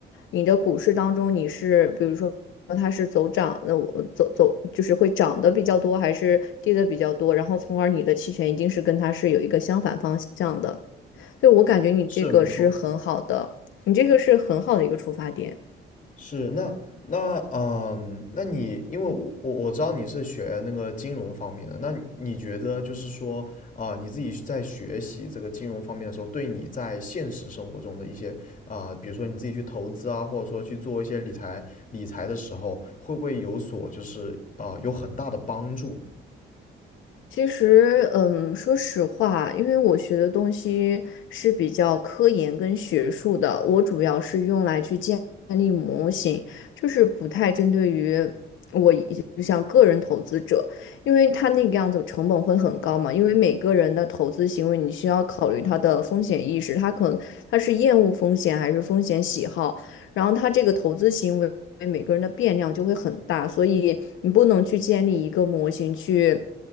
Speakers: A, on the left (about 75°); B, on the left (about 40°).
A: 你的股市当中你是，比如说它是走涨，那我走走就是会涨的比较多，还是跌的比较多，然后从而你的期权一定是跟它是有一个相反方向的。所以我感觉你这个是很好的，
B: 是没错，
A: 你这个是很好的一个出发点。
B: 是，那那嗯，那你因为我我我知道你是学那个金融方面的，那你你觉得就是说啊、你自己在学习这个金融方面的时候，对你在现实生活中的一些啊、比如说你自己去投资啊，或者说去做一些理财理财的时候，会不会有所就是啊、有很大的帮助呢？
A: 其实，嗯，说实话，因为我学的东西是比较科研跟学术的，我主要是用来去建立模型，就是不太针对于我一就像个人投资者，因为他那个样子成本会很高嘛，因为每个人的投资行为你需要考虑他的风险意识，他可能他是厌恶风险还是风险喜好。然后他这个投资行为每个人的变量就会很大，所以你不能去建立一个模型去。